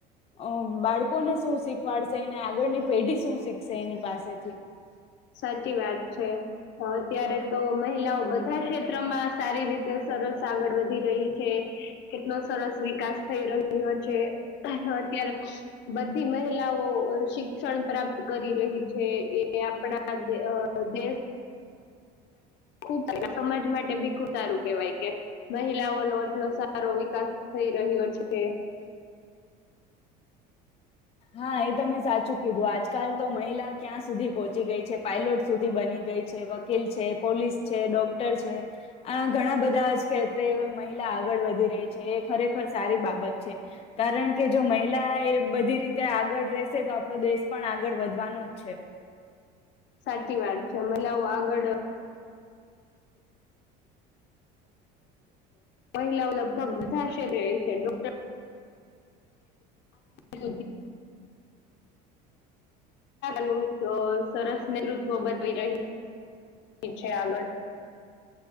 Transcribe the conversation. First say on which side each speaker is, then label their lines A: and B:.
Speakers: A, on the left; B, on the left.
A: અ બાળકોને શું શીખવાડશે એને આગળની પેઢી શું શીખશે એની પાસેથી?
B: સાચી વાત છે. અત્યારે તો મહિલાઓ બધા ક્ષેત્રમાં સારી રીતે સરસ આગળ વધી રહી છે. કેટલો સરસ વિકાસ થઈ રહ્યો છે, અત્યારે બધી મહિલા શિક્ષણ પ્રાપ્ત કરી રહી છે એ આપણા દેશ ખુબ સમાજ માટે ભી ખૂબ સારું કેવાય કે, મહિલાઓ નો એટલો સારો વિકાસ થઈ રહ્યો છે.
A: હા એ તમે સાચું કીધું આજકાલ તો મહિલા ક્યાં સુધી પહોંચી ગઈ છે પાયલોટ સુધી બની છે વકીલ છે પોલીસ છે ડોક્ટર છે, આ ઘણા બધાજ અત્ર મહિલા આગળ વધી રહી છે એ ખરેખર સારી બાબત છે, કારણ કે જો મહિલા એ બધી રીતે ત્યાં આગળ રેશે તો આપડો દેશ પણ આગળ વધવાનો જ છે.
B: સાચી વાત છે મલાવ આગળ મહિલાઓ લગભગ બધા શર છે ડોક્ટર <unintelligible> ન સરસ નેતૃત્વ બતાવી રહી ઠી છે આગળ